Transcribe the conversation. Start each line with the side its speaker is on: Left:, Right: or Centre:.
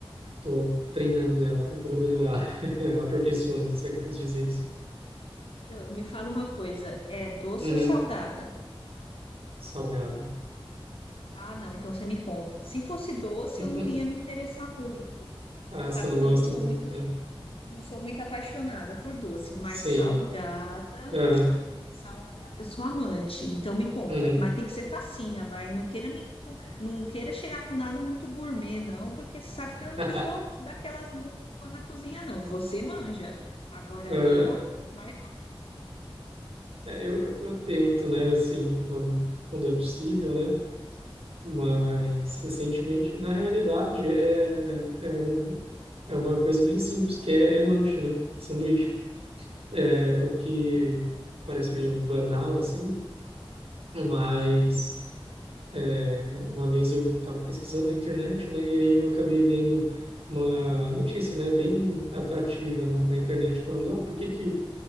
Right: tô treinando ela, tentando melhorar, <laughs> aperfeiçoando, se é que eu posso dizer isso.
Left: Então, me fala uma coisa, é doce
Right: Uhum,
Left: ou salgada?
Right: salgado.
Left: Ah, não, então você me conta. Se fosse doce,
Right: <laughs>
Left: eu não ia me interessar muito. Você
Right: Ah,
Left: sabe
Right: você não
Left: que
Right: gosta
Left: eu não sou
Right: muito,
Left: muito,
Right: né?
Left: não sou muito apaixonada por doce, mas
Right: Sim.
Left: salgada,
Right: Aham,
Left: salgada, eu sou amante. Então me conta,
Right: uhum.
Left: mas tem que ser facinha, vai. Não queira me, não queira chegar com nada muito gourmet, não, porque você sabe que
Right: <laughs>
Left: eu não sou daquelas muito boa na cozinha, não. Você manja. Agora
Right: Ah,
Left: eu, mais ou
Right: é, eu, eu tento, né, assim, quando, quando é possível, né? Mas recentemente, na realidade, é, é, um, é uma coisa bem simples, que é, é lanche, né? Sanduíche. É, o que
Left: menos.
Right: parece meio banal, assim, mas é, uma vez eu estava pesquisando na internet, né? E aí eu acabei vendo uma notícia, né? Bem atrativa na, na internet, falando, ah, por que que